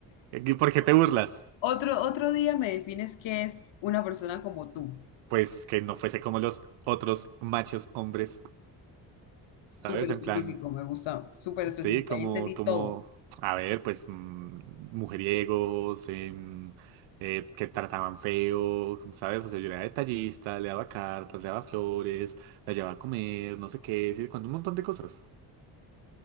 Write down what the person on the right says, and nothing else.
¿Y por qué te burlas?
Pues que no fuese como los otros machos hombres, ¿sabes?
En plan,
sí, como,
como,
a ver, pues, mm, mujeriegos, em, eh, que trataban feo, ¿sabes? O sea, yo era detallista, le daba cartas, le daba flores, la llevaba a comer, no sé qué, sí, cuando un montón de cosas.